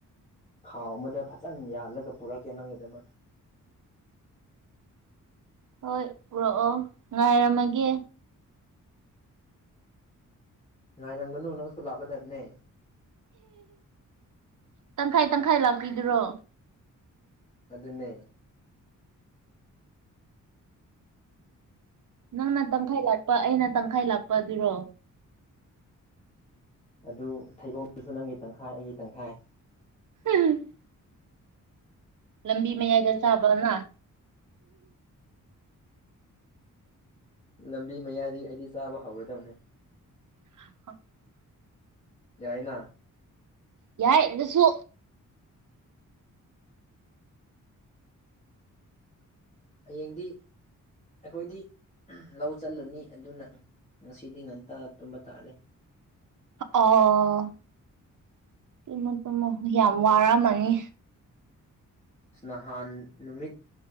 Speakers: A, on the left; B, on the right.
A: ꯈꯥꯎ ꯑꯃꯗ ꯐꯖꯅ ꯌꯥꯜꯂꯒ ꯄꯨꯔꯛꯀꯦ ꯅꯪꯒꯤꯗꯃꯛ
B: ꯍꯣꯏ ꯄꯨꯔꯛꯑꯣ ꯉꯥꯏꯔꯝꯃꯒꯦ
A: ꯉꯥꯏꯔꯝꯒꯅꯨ ꯅꯪꯁꯨ ꯂꯥꯛꯀꯗꯕꯅꯦ
B: ꯇꯪꯈꯥꯏ ꯇꯪꯈꯥꯏ ꯂꯥꯛꯄꯤꯗꯨꯔꯣ
A: ꯑꯗꯨꯅꯦ
B: ꯅꯪꯅ ꯇꯪꯈꯥꯏ ꯂꯥꯛꯄ ꯑꯩꯅ ꯇꯪꯈꯥꯏ ꯂꯥꯛꯄ ꯑꯗꯨꯔꯣ
A: ꯑꯗꯨ ꯊꯩꯕꯣꯡꯁꯨ ꯅꯪꯒꯤ ꯇꯪꯈꯥꯏ ꯑꯩꯒꯤ ꯇꯪꯈꯥꯏ
B: ꯎꯝ ꯂꯝꯕꯤ ꯃꯌꯥꯏꯗ ꯆꯥꯕ ꯃ
A: ꯂꯝꯕꯤ ꯃꯌꯥꯏꯗꯒꯤ ꯑꯩꯗꯤ ꯆꯥꯕ ꯍꯧꯔꯗꯧꯅꯦ
B: <inaudible>
A: ꯌꯥꯏꯅꯥ
B: ꯌꯥꯏ ꯑꯗꯨꯁꯨ
A: ꯍꯌꯦꯡꯗꯤ ꯑꯩꯈꯣꯏꯗꯤ ꯂꯧ ꯆꯠꯂꯅꯤ ꯑꯗꯨꯅ ꯉꯁꯤꯗꯤ ꯉꯟꯇꯥ ꯇꯨꯝꯕ ꯇꯥꯔꯦ
B: ꯑꯣ ꯇꯨꯝꯃꯣ ꯇꯨꯝꯃꯣ ꯌꯥꯝ ꯋꯥꯔꯝꯃꯅꯤ
A: ꯑꯁ ꯅꯍꯥꯟ ꯅꯨꯃꯤꯠ